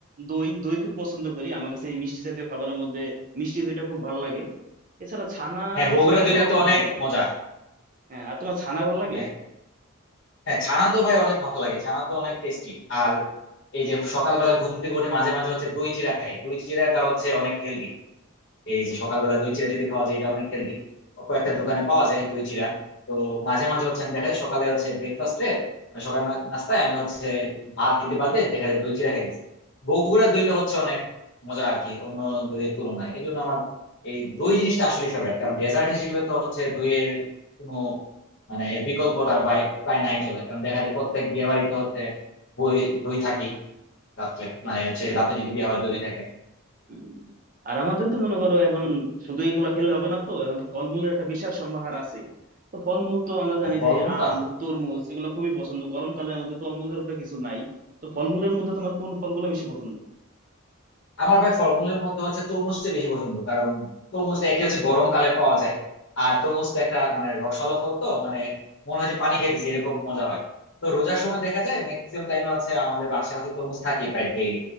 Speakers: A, on the right; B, on the left.
A: দই দই খুব পছন্দ করি আমার কাছে এই মিষ্টি জাতীয় খাবারের মধ্যে মিষ্টি দইটা খুব ভালো লাগে এছাড়া ছানা
B: হ্যাঁ বগুড়া
A: ছানাটাও
B: দুইটা
A: আমার
B: তো
A: খুব
B: অনেক
A: ভালো লাগে
B: মজা
A: হ্যাঁ আর তোমার ছানা ভালো লাগে
B: হ্যাঁ হ্যাঁ ছানা তো ভাই অনেক ভালো লাগে ছানা তো অনেক টেস্টি আর এই যে সকালবেলা ঘুম থেকে উঠে মাঝে মাঝে হচ্ছে দই চিড়া খাই দই চিড়াটা হচ্ছে অনেক হেলদি এই যে সকালবেলা দই চিড়া যদি খাওয়া যায় এটা অনেক হেলদি কয়েকটা দোকানে পাওয়া যায় দই চিড়া তো মাঝে মাঝে হচ্ছে আমি দেখা যায় সকালে হচ্ছে ব্রেকফাস্টে সকাল না- নাস্তায় আমি হচ্ছে ভাত রুটি বাদে দেখা যায় দই চিড়া খাই দিচ্ছি বগুড়ার দইটা হচ্ছে অনেক মজা আর কি অন্য দইয়ের তুলনায় এই জন্য আমার এই দই জিনিসটা আসলে ফেভারিট কারণ ডেজার্ট হিসেবে তো হচ্ছে দইয়ের কোনো মানে এর বিকল্পটা বাই- প্রায় নাই চলে কারণ দেখা যায় প্রত্যেক বিয়ে বাড়িতে হচ্ছে বই দই থাকেই রাত্রে
A: সেটাই
B: মানে হচ্ছে
A: সেটাই
B: রাতে যদি বিয়ে হয় দই থাকে
A: উম। আর আমাদের তো মনে করো এখন শুধু এগুলা খেলে হবে না তো এখন তো ফলমূলের একটা বিশাল সম্ভার আছেই তো ফলমূল তো আমরা
B: হ্যাঁ
A: জানি
B: ফলমূল
A: যে আম
B: তো আছে
A: তরমুজ এগুলো খুবই পছন্দ গরমকালের মধ্যে তরমুজের উপরে কিছু নাই তো ফলমূলের মধ্যে তোমার কোন ফলগুলো বেশি পছন্দ
B: আমার ভাই ফলমূলের মধ্যে হচ্ছে তরমুজটা বেশি পছন্দ কারণ তরমুজটা একে হচ্ছে গরমকালে পাওয়া যায় আর তরমুজটা একটা মানে রসালো ফল তো মানে মনে হয় যে পানি খাইতেছি এরকম মজা হয় তো রোজার সময় দেখা যায় ম্যাক্সিমাম টাইমে হচ্ছে আমাদের বাসায় হচ্ছে তরমুজ থাকে প্রায় ডেইলি